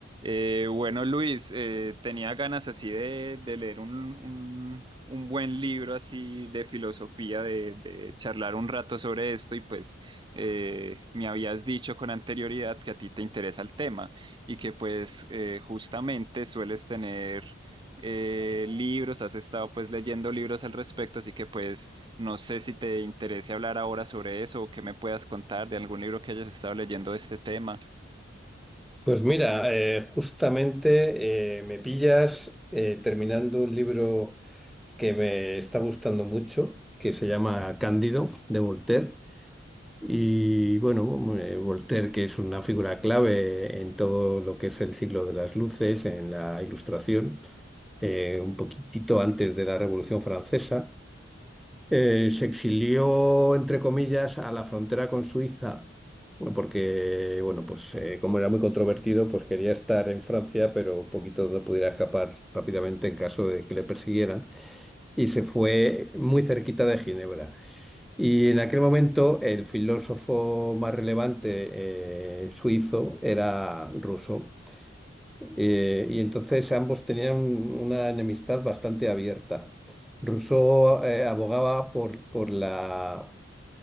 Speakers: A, on the right; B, in the centre.
A: Eh, bueno, Luis, eh, tenía ganas así de, de leer un, un- un buen libro así de filosofía, de, de charlar un rato sobre esto y pues eh, me habías dicho con anterioridad que a ti te interesa el tema y que pues eh, justamente sueles tener eh, libros, has estado pues leyendo libros al respecto, así que pues no sé si te interese hablar ahora sobre eso o que me puedas contar de algún libro que hayas estado leyendo de este tema.
B: Pues mira, eh, justamente eh, me pillas eh, terminando un libro que me está gustando mucho, que se llama Cándido, de Voltaire. Y bueno, eh, Voltaire, que es una figura clave en todo lo que es el siglo de las luces, en la ilustración, eh, un poquitito antes de la Revolución Francesa. Eh,
A: Sí.
B: se exilió, entre comillas, a la frontera con Suiza, porque, bueno, pues eh, como era muy controvertido, pues quería estar en Francia, pero un poquito donde pudiera escapar rápidamente en caso de que le persiguieran. Y se fue muy cerquita de Ginebra. Y en aquel momento el filósofo más relevante eh, suizo era ruso. Eh, y entonces ambos tenían una enemistad bastante abierta. Rousseau eh, abogaba por, por la,